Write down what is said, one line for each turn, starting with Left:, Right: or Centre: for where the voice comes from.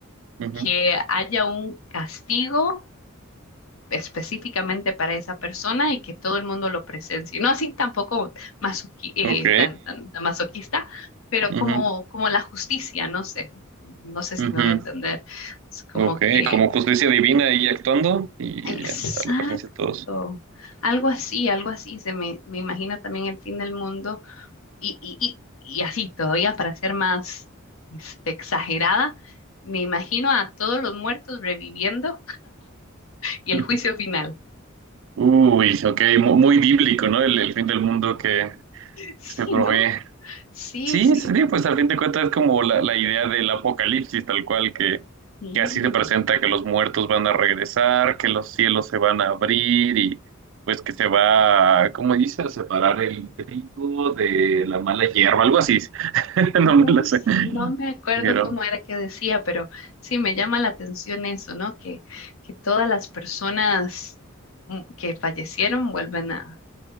Right: Ujú.
Left: que haya un castigo específicamente para esa persona y que todo el mundo lo presencie. No así tampoco masoqui- eh,
Right: Ok.
Left: tan, tan, tan masoquista, pero
Right: Ujú.
Left: como, como la justicia, no sé, no sé si
Right: Ujú.
Left: me voy a entender. Es como
Right: Ok,
Left: que
Right: como justicia divina ahí actuando y
Left: Exacto.
Right: ya, a la presencia de todos.
Left: Algo así, algo así. Se me, me imagino también el fin del mundo y, y, y, y así todavía para ser más este, exagerada, me imagino a todos los muertos reviviendo y el
Right: <laughs>
Left: juicio final.
Right: Uy, sí, ok, mu- muy bíblico, ¿no? El, el fin del mundo que
Left: Sí,
Right: se provee.
Left: ¿no? Sí,
Right: Sí,
Left: sí.
Right: sí, sí, pues al fin de cuentas es como la, la idea del apocalipsis, tal cual, que,
Left: Mm.
Right: que así se presenta, que los muertos van a regresar, que los cielos se van a abrir y pues que se va, ¿cómo dice? A separar el trigo de la mala hierba, algo así. <laughs> No
Left: No,
Right: me lo sé.
Left: s- no me acuerdo
Right: Pero,
Left: cómo era que decía, pero sí me llama la atención eso, ¿no? Que, que todas las personas mm, que fallecieron vuelven a